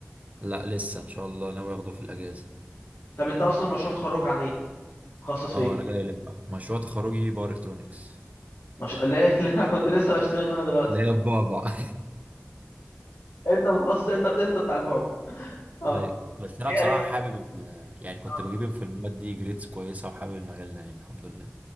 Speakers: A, on the right; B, on the left.
A: لا لسه ان شاء الله ناوي اخده في الاجازه
B: طب انت اصلا مشروع تخرج عن ايه متخصص
A: اه
B: في ايه
A: انا جاي لك بقى مشروع تخرجي باور الكترونكس
B: مش... لا <laughs> لا انا كنت لسه بشتكي لك منها دلوقتي
A: اللي هي البعبع <laughs>
B: انت متخصص انت انت بتاع البعبع اه
A: ايوه بس انا
B: هي
A: بصراحه
B: هي
A: حابب ال- يعني كنت
B: اه
A: بجيب في المواد دي جريدز كويسه وحابب المجال ده يعني الحمد لله